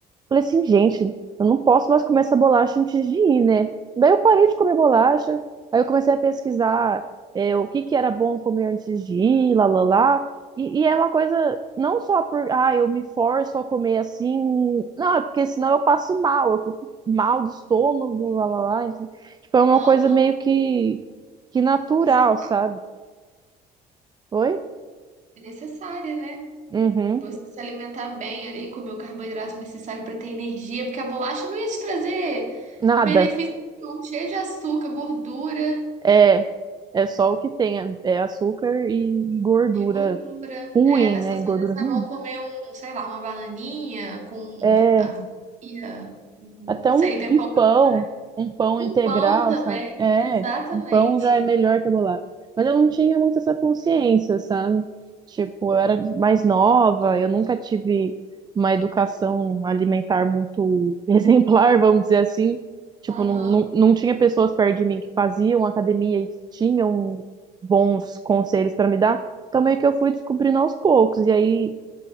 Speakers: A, on the right (about 25°); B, on the right (about 45°).
A: Falei assim, gente, eu não posso mais comer essa bolacha antes de ir, né? Daí eu parei de comer bolacha, aí eu comecei a pesquisar é, o que que era bom comer antes de ir, lá, lá, lá. E, e é uma coisa, não só por, ah, eu me forço a comer assim, não, é porque senão eu passo mal, eu fico mal do estômago, lá, lá, lá. Então, tipo, é uma
B: Aham.
A: coisa meio que, que natural,
B: Necessária,
A: sabe? Oi?
B: é necessária, né?
A: Uhum.
B: Você se alimentar bem ali, comer o carboidrato necessário para ter energia, porque a bolacha não ia te trazer
A: Nada.
B: benefício nenhum, cheio de açúcar, gordura
A: É, é só o que tem, é é açúcar e e gordura
B: e gordura.
A: ruim,
B: É, nessas
A: né? Gordura
B: horas
A: ruim.
B: é bom comer um, sei lá, uma bananinha com,
A: É,
B: ia, não
A: até
B: sei,
A: um,
B: tem
A: um
B: pouco
A: pão,
B: no mar.
A: um pão
B: Um
A: integral,
B: pão também,
A: sabe? É,
B: exatamente.
A: um pão já é melhor que a bolada. Mas eu não tinha muito essa consciência, sabe? Tipo, eu era mais nova, eu nunca tive uma educação alimentar muito <laughs> exemplar, vamos dizer assim. Tipo,
B: Aham.
A: não, não, não tinha pessoas perto de mim que faziam academia e que tinham bons conselhos para me dar. Então, meio que eu fui descobrindo aos poucos. E aí,